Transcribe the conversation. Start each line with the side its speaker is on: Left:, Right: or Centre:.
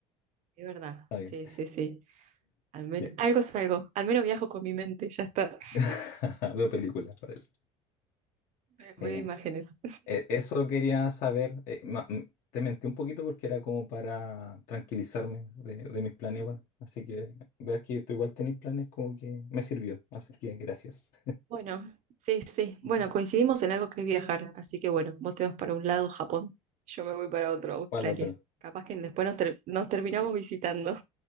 Right: Es verdad,
Left: bien.
Right: sí, sí, sí. Al menos
Left: Ya.
Right: algo es algo. Al menos viajo con mi mente, ya está.
Left: <laughs> Veo películas para eso.
Right: <laughs> Veo
Left: Eh,
Right: imágenes.
Left: eh, eso quería saber. eh, ma- m- te mentí un poquito porque era como para tranquilizarme de, de mis planes igual. Así que ver que tú igual tenés planes como que me sirvió. Así que gracias.
Right: Bueno, sí, sí.
Left: <laughs>
Right: Bueno, coincidimos en algo que es viajar, así que bueno, vos te vas para un lado, Japón, yo me voy para otro, Australia.
Left: Para el otro.
Right: Capaz que después nos, ter- nos terminamos visitando.